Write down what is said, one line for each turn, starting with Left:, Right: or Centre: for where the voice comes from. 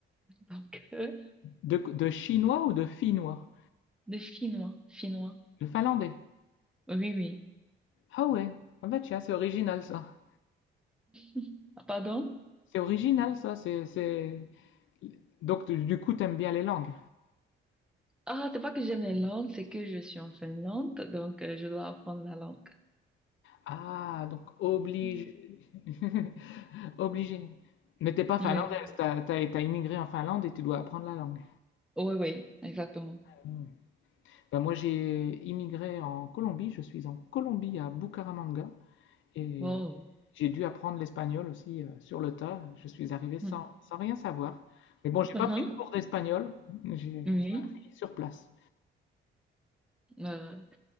Centre: Donc, euh,
Left: De, de chinois ou de finnois?
Centre: de finnois, finnois.
Left: De finlandais?
Centre: Oui, oui.
Left: Ah ouais, ah bah tiens, c'est original ça.
Centre: <laughs> Ah, Pardon?
Left: C'est original ça, c'est, c'est... Donc tu- du coup, t'aimes bien les langues.
Centre: Ah, c'est pas que j'aime les langues, c'est que je suis en Finlande, donc euh, je dois apprendre la langue.
Left: Ah, donc obligé.
Centre: Mm.
Left: <laughs> Obligé. Mais t'es pas finlandaise,
Centre: Oui,
Left: t'as, t'as, t'as immigré en Finlande et tu dois apprendre la langue.
Centre: oui, oui, exactement.
Left: Hmm. Ben, moi j'ai immigré en Colombie, je suis en Colombie à Bucaramanga et
Centre: Wow.
Left: j'ai dû apprendre l'espagnol aussi euh, sur le tas. Je suis arrivé sans,
Centre: Mm.
Left: sans rien savoir. Mais bon, j'ai
Centre: Mhm.
Left: pas pris de cours d'espagnol, j'ai
Centre: Oui.
Left: j'ai appris sur place.
Centre: Euh,